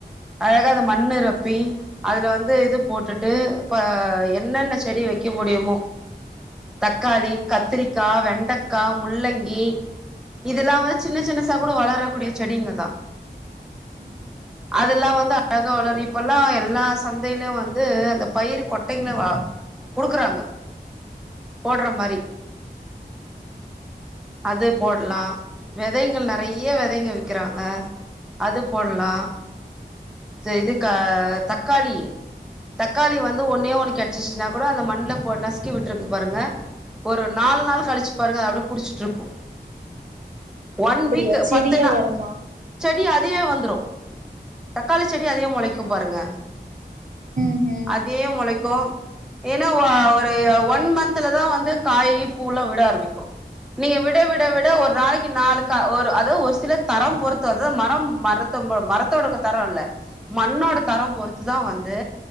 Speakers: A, in the centre; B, on the right.
A: அழக அது மண்ணு நொப்பி அதுல வந்து இது போட்டுட்டு இப்போ என்னென்ன செடி வைக்க முடியுமோ தக்காளி கத்திரிக்கா வெண்டக்கா முள்ளங்கி இதெல்லா வந்து சின்ன சின்னசா கூட வளரக்கூடிய செடிங்க தா
B: ம் ம்
A: அதெல்லா வந்து அழக வளரு இப்பல்லா எல்லா சந்தையிலு வந்து அந்த பயிர் கொட்டைங்கலே வ குடுக்குறாங்க போட்ற மாரி அது போட்லா வெதைங்கள் நிறைய வெதைங்க விக்கிறாங்க அது போட்லா அந்ந இதுக்க தக்காளி தக்காளி வந்து ஒன்னே ஒன்னு கெடுச்சிசுனா கூட அந்த மண்ல போ நசுக்கி விட்டுருங்க பாருங்க ஒரு நால் நாள் கழிச்சி பாருங்க அப்டியே புடிச்சிட்டு இருக்கு ஒன்
B: அப்படியா
A: வீக்கு
B: செடியா
A: பத்துனா
B: வருமா
A: செடி அதுயே வந்துரு தக்காளி செடி அதுவே மொளைக்கு பாருங்க
B: ம் ஹூ
A: அதே மொளைக்கு ஏனா அ ஒரு ஒன் ஒன் மந்துல தா வந்து காயி பூலா விட ஆரம்பிக்கு நீங்க விட விட விட ஒரு நாளைக்கு நாளுக்கா ஒரு அது ஒரு சிலர் தரம் பொறுத்து அத மரம் மர மரத்தோடுக்கு தரோ இல்ல மண்ணோடத் தரம் பொறுத்து தா வந்து